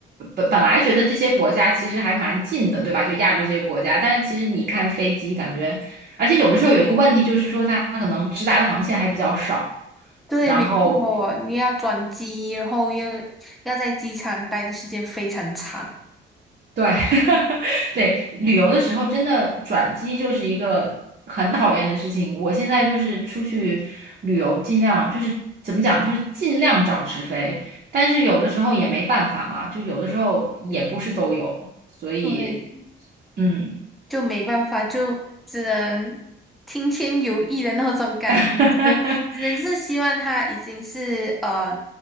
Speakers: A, on the right (about 45°); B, in the centre.
A: 本本来觉得这些国家其实还蛮近的，对吧？就亚洲这些国家，但是其实你看飞机，感觉而且有的时候有一个问题就是说它可能直达的航线还比较少，
B: 对，
A: 然后
B: 没错，你要转机，然后又要在机场待的时间非常长，
A: 对，<laughs> 对，旅游的时候真的转机就是一个很讨厌的事情。我现在就是出去旅游，尽量就是怎么讲，就是尽量找直飞，但是有的时候也没办法嘛，就有的时候也不是都有，所以，
B: 对，
A: 嗯，
B: 就没办法，就只能听天由命的那种感觉，
A: <laughs>
B: 只能只能是希望他已经是呃